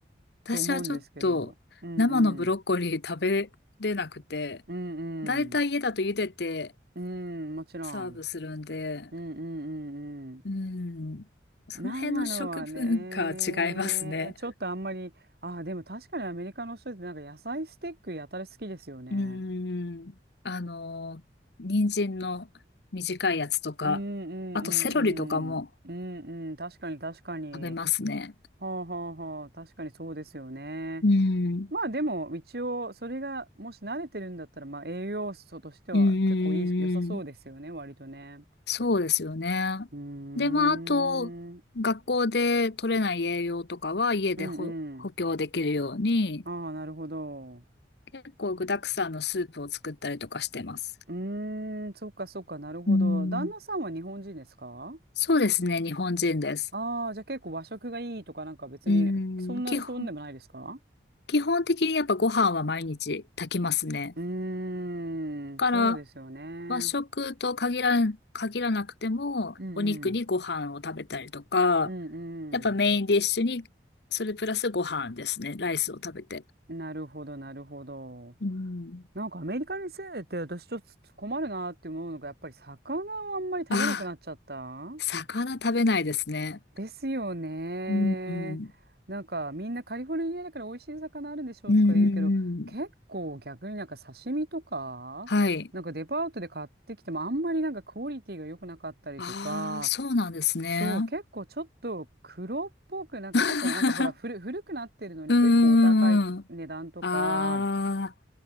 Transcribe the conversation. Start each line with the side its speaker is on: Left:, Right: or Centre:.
Left: 私はちょっと生のブロッコリー食べれなくて、
Right: と思うんですけど。うんうん。うんうん。
Left: だいたい家だと茹でて
Right: うん、もちろん。
Left: サーブするんで、
Right: うんうんうんうん。
Left: うん。その辺の食文化は違いますね。
Right: 生のはね、ちょっとあんまり、ああ、でも確かにアメリカの人ってなんか野菜スティックやたら好きですよね。
Left: うん。あの、人参の短いやつとか、
Right: うんうんう
Left: あとセロリとかも
Right: んうん。うんうん。確かに確かに。
Left: 食べますね。
Right: はあはあはあ。確かにそうですよね。
Left: うん。
Right: まあでも一応それがもし慣れてるんだったらまあ栄養素としては結構いい、
Left: うんうんうん
Right: 良さそうですよね。割とね。
Left: そうですよね。
Right: うーん。
Left: で、まあ、あと、
Right: うん
Left: 学校で取れない栄養とかは家で補補強できるように、
Right: うん。ああ、なるほど。
Left: 結構具沢山のスープを作ったりとかしてます。
Right: うーん。そっかそっか。なるほど。
Left: うん。う
Right: 旦那さんは日本人ですか
Left: んそうですね、日本人です。
Right: ああじゃあ結構和食がいいとかなんか別にそんな、
Left: うーん、基本、
Right: そんでもないですか
Left: 基本的にやっぱご飯は毎日炊きますね。
Right: うーん、
Left: から、
Right: そうですよね。
Left: 和食と限らん、限らなくても、
Right: うんうん。
Left: お肉にご飯を食べたりとか、
Right: うん
Left: やっぱメインディッシュに、それプラスご飯ですね。ライスを食べて。
Right: うん。なるほど、なるほど。
Left: うん。
Right: なんかアメリカに住んでて私ちょっと困るなって思うのがやっぱり魚をあんまり食べなくなっちゃった
Left: あ魚食べないですね。
Right: ですよね。
Left: うん、うん。
Right: なんかみんなカリフォルニアだから美味しい魚あるんでしょうとか言うけど結構逆になんか刺身とかなんかデパートで買ってきてもあんまりなんかクオリティが良くなかったりとか
Left: うん、うん、うん。はい。ああ、そうなんですね。
Right: そう、結構ちょっと黒っぽく、なんかちょっとなんかほら、
Left: <laughs>
Right: 古、古くなってるのに結構お高い値段とか、
Left: うん、うん、うん。ああ。